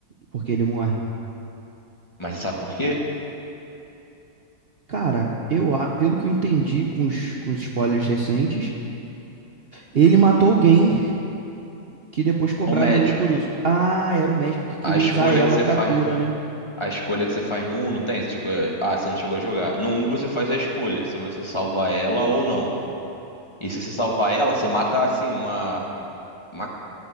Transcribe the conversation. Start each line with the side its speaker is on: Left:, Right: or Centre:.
Right: porque ele morre.
Left: Mas você sabe por quê?
Right: Cara, eu, a- pelo que eu entendi com os, com os spoilers recentes, ele matou alguém que depois cobraram
Left: O médico.
Right: ele por isso. Ah, era o médico que queria
Left: A escolha
Right: usar ela
Left: que você
Right: pra
Left: faz.
Right: cura, né?
Left: A escolha que você faz no um não tem? Você chegou... Ah, você não chegou a jogar. No um você faz a escolha, se você salvar ela ou não. E se você salvar ela, você mata, assim, uma... uma...